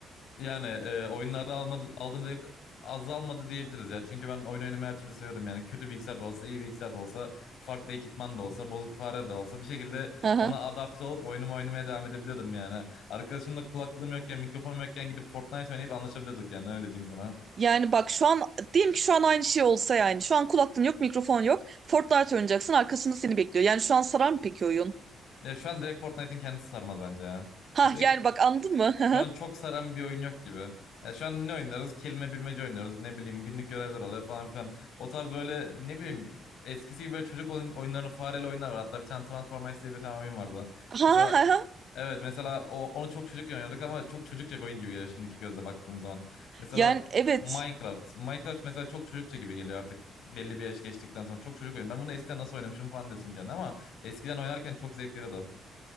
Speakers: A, on the left; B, on the right.
A: Yani e, oyunlarda almadı, aldığım zevk azalmadı diyebiliriz ya. Çünkü ben oyun oynamayı her türlü seviyordum. Yani kötü bilgisayar da olsa, iyi bilgisayar da olsa, farklı ekipman da olsa, bozuk fare de olsa bir şekilde
B: Hı hı.
A: ona adapte olup oyunumu oynamaya devam edebiliyordum yani. Arkadaşımla kulaklığım yokken, mikrofonum yokken gidip Fortnite oynayıp anlaşabiliyorduk yani öyle diyeyim sana.
B: Yani bak şu an diyelim ki şu an aynı şey olsa yani şu an kulaklığın yok mikrofon yok Fortnite oynayacaksın arkasında seni bekliyor. Yani şu an sarar mı peki oyun?
A: Ya şu an direkt Fortnite'in kendisi sarmaz bence ya.
B: Ha
A: Direkt
B: yani bak anladın mı? <laughs>
A: şu an çok saran bir oyun yok gibi. Ya şu an ne oynarız? Kelime bilmece oynarız. Ne bileyim günlük görevler oluyor falan filan. O tarz böyle ne bileyim eskisi gibi böyle çocuk oyun, oyunlarını fareli oyunlar var. Hatta bir tane Transformers diye bir tane oyun vardı.
B: Ha
A: Mesela
B: ha ha. ha.
A: evet mesela o, onu çok çocukken oynuyorduk ama çok çocukça bir oyun gibi geliyor şimdiki gözle baktığım zaman. Mesela
B: Yani evet
A: Minecraft. Minecraft mesela çok çocukça gibi geliyor artık belli bir yaş geçtikten sonra. Çok çocuk oyun. Ben bunu eskiden nasıl oynamışım falan diyorsun kendine ama eskiden oynarken çok zevk veriyordu.